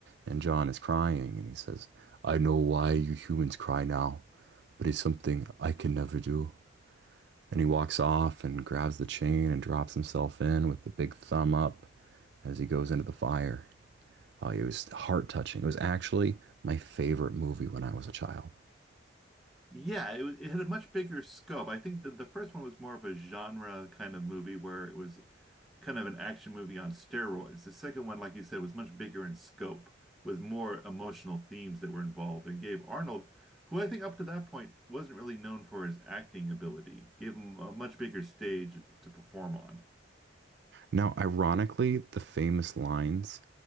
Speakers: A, on the right; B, in the centre.
A: and John is crying and he says, I know why you humans cry now, but it's something I can never do. Then he walks off and grabs the chain and drops himself in with the big thumb up as he goes into the fire. Oh, it was heart touching. It was actually my favorite movie when I was a child.
B: Yeah, it, wa- it had a much bigger scope. I think the, the first one was more of a genre kind of movie where it was kind of an action movie on steroids. The second one, like you said, was much bigger in scope with more emotional themes that were involved and gave Arnold, who I think up to that point wasn't really known for his acting ability, gave him a much bigger stage to perform on.
A: Now, ironically, the famous lines,